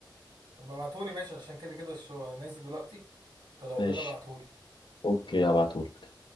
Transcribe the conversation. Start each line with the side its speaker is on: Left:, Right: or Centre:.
Right: طب ابعتولي ماشي عشان كده كده الشو نازل دلوقتي فلو
Left: ماشي
Right: كده ابعتولي
Left: اوكي هبعته لك